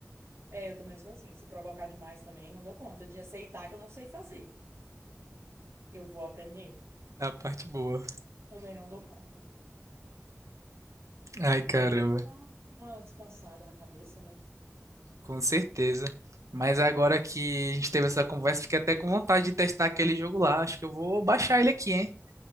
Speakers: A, on the right; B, on the right.
A: É, eu também sou assim. Se provocar demais também, não dou conta de aceitar que eu não sei fazer. Eu vou aprender.
B: É a parte boa.
A: Também não dou conta.
B: Ai, caramba.
A: Mas é bom pra dar uma uma descansada na cabeça, né?
B: Com certeza. Mas agora que a gente teve essa conversa, fiquei até com vontade de testar aquele jogo lá. Acho que eu vou baixar ele aqui, hein?